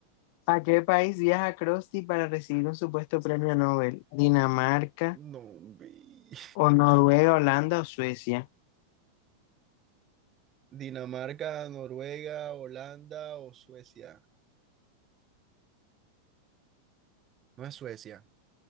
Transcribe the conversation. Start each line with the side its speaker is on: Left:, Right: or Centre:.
Left: ¿A qué país viaja Krusty para recibir un supuesto premio Nobel? ¿Dinamarca
Right: No, vi-
Left: o Noruega, Holanda o Suecia?
Right: Dinamarca, Noruega, Holanda o Suecia. No es Suecia.